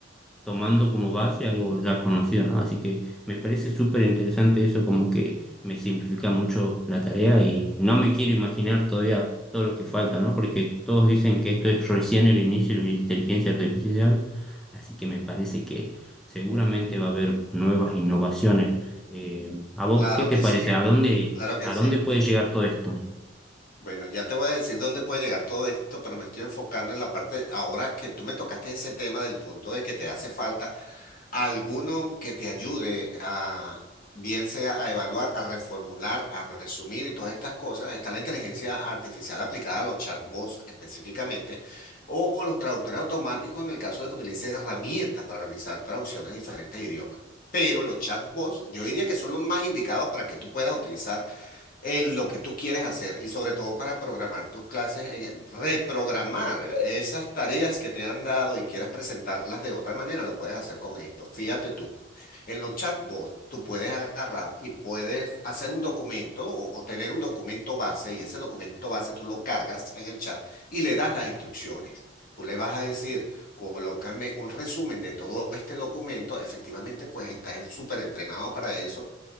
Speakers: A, in the centre; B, on the left.
A: tomando como base algo ya conocido, ¿no? Así que me parece súper interesante eso, como que me simplifica mucho la tarea y no me quiero imaginar todavía todo lo que falta, ¿no? Porque todos dicen que esto es recién el inicio de la inteligencia artificial, así que me parece que seguramente va a haber nuevas innovaciones. Eh, ¿a vos
B: Claro
A: qué te
B: que
A: parece?
B: sí,
A: ¿A dónde,
B: claro que
A: a
B: sí.
A: dónde puede llegar todo esto?
B: Bueno, ya te voy a decir dónde puede llegar todo esto, pero me estoy enfocando en la parte, ahora que tú me tocaste ese tema del punto de que te hace falta alguno que te ayude a, bien sea a evaluar, a reformular, a resumir y todas estas cosas, está la inteligencia artificial aplicada a los chatbots específicamente, o los traductores automáticos en el caso de que utilice herramientas para realizar traducciones de diferentes idiomas. Pero los chatbots, yo diría que son los más indicados para que tú puedas utilizar en lo que tú quieres hacer y sobre todo para programar tus clases, en- reprogramar esas tareas que te han dado y quieras presentarlas de otra manera, lo puedes hacer con esto. Fíjate tú, en los chatbots tú puedes agarrar y puedes hacer un documento o o tener un documento base y ese documento base tú lo cargas en el chat y le das las instrucciones. Tú le vas a decir, colócame un resumen de todo este documento. Efectivamente, pues está en- súper entrenado para eso